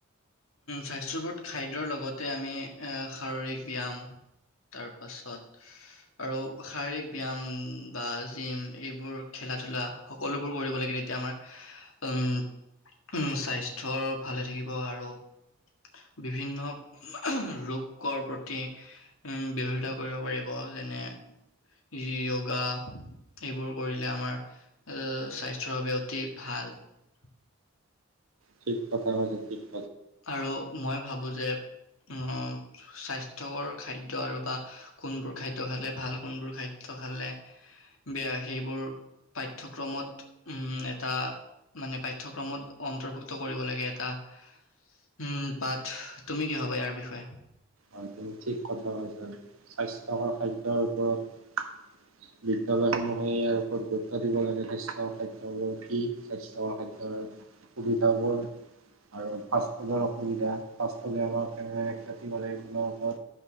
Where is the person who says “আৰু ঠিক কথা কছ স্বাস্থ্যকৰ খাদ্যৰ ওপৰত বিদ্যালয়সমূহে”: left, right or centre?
Right